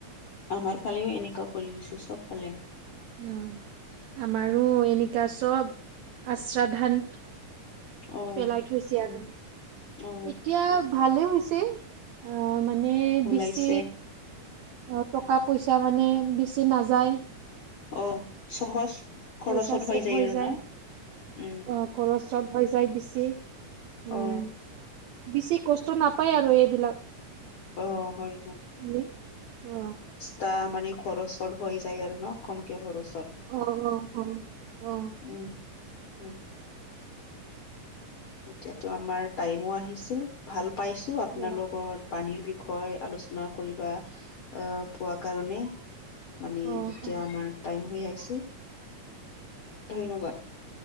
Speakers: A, on the left; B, on the right.
A: আমাৰ ফালেও, এনেকুৱা কৰি দিছে, চব ফালে।
B: অ'! আমাৰো এনেকুৱা, চব আশ্ৰ ধান
A: অ
B: পেলাই থৈছে
A: উম
B: আৰু।
A: অ
B: এতিয়া ভালে হৈছে অ, মানে
A: ওলাইছে
B: বেছি অ, টকা পইচা মানে বেছি নাযায়।
A: অ, সহজ। খৰচত
B: পইচা চছেভ হৈ
A: আৰু
B: যায়।
A: ন উম
B: অ, খৰচ হৈ যায় বেছি এ।
A: অ
B: বেছি কষ্ট নাপায় আৰু এইবিলাক।
A: অ, হয়-হয়।
B: বুলি অ
A: তা মানে খৰচত হৈ যায় আৰু ন কমকে খৰচত।
B: অ', অ', হয় অ,
A: উম, হয়। এতিয়াতো আমাৰ টাইমো আহিছিল ভাল পাইছো আপোনাৰ
B: অ
A: লগত পানীৰ বিষয়ে আলোচনা কৰিব আহ পোৱা কাৰণে। মানে
B: অ
A: এতিয়া
B: হয়
A: আমাৰ টাইম হৈ আহিছে। ধন্যবাদ।